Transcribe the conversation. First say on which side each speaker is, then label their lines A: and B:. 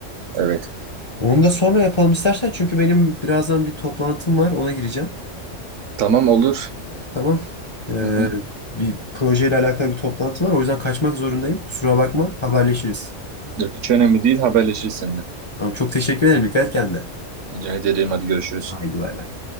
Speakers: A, on the right (about 75°); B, on the left (about 35°).
A: Evet.
B: Onu da sonra yapalım istersen. Çünkü benim birazdan bir toplantım var. Ona gireceğim.
A: Tamam olur.
B: Tamam. Ee,
A: Hı hı.
B: bir projeyle alakalı bir toplantı var. O yüzden kaçmak zorundayım. Kusura bakma. Haberleşiriz.
A: Yok, hiç önemli değil. Haberleşiriz seninle.
B: Tamam. Çok teşekkür ederim. Dikkat et kendine.
A: Rica ederim. Hadi görüşürüz.
B: Haydi bay bay.